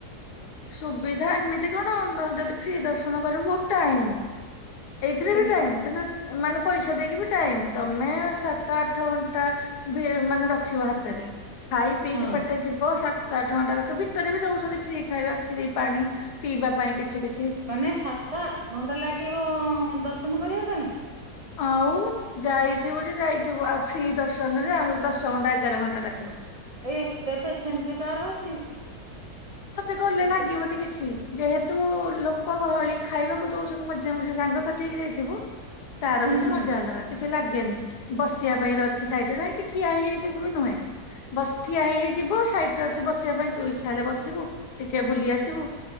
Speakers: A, on the left; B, on the right.
A: ସୁବିଧା ଏମିତି କଣ ଯଦି ଫ୍ରି ଦର୍ଶନ କରିବ ବହୁତ ଟାଇମ। ଏଇଥିରେ
B: କେମ
A: ବି ଟାଇମ କିନ୍ତୁ ମାନେ ପଇସା ଦେଇକି ବି ଟାଇମ ତମେ ସାତ ଆଠ ଘଣ୍ଟା ମାନେ ରଖିବ ହାତରେ। ଖାଇ ପିଇକି
B: ହଁ
A: ପେଟେ ଯିବ। ସାତ ଆଠ ଘଣ୍ଟା ରଖ ଭିତରେ ବି ଦଉଛନ୍ତି ଫ୍ରି ଖାଇବା ଫ୍ରି ପାଣି ପିଇବା ପାଇଁ କିଛି କିଛି।
B: ମାନେ ସାତ ଆଠ ଘଣ୍ଟା ଲାଗିବ ଦର୍ଶନ କରିବା ପାଇଁ?
A: ଆଉ। ଯାଇଥିବୁ ଯେ ଯାଇଥିବୁ ଆଉ ଫ୍ରୀ ଦର୍ଶନରେ ଆହୁରି ଦଶ ଘଣ୍ଟା ଏଗାର ଘଣ୍ଟା ଲାଗିବ।
B: ଏଇ ଏତେ ପେସେନ୍ସ କାର ଅଛି।
A: ତତେ ଗଲେ
B: ଏତେ
A: ଲାଗିବନି କିଛି। ଯେହେତୁ ଲୋକ ଗହଳି ଖାଇବାକୁ ଦଉଛନ୍ତି ମଝେ ମଝେ ସାଙ୍ଗସାଥି ହେଇକି ଯାଇଥିବୁ। ତାର
B: ହୁଁ
A: କିଛି
B: ହୁଁ
A: ମଜା ଅଲଗାକିଛି ଲାଗେନି ବସିବା ପାଇଁ ର ଅଛି ସାଇଡରେ ନାଇଁ କି ଠିଆ ହେଇ। ଯିବୁ ବି ନୁହେଁ ବସି ଥିଆ ହେଇ ଯିବୁ ସାଇଡ ରେ ଅଛି ବସିବା ପାଇଁ ତୁ ଇଚ୍ଛା ହେଲେ ବସିବୁ। ଟିକେ ବୁଲି ଆସିବୁ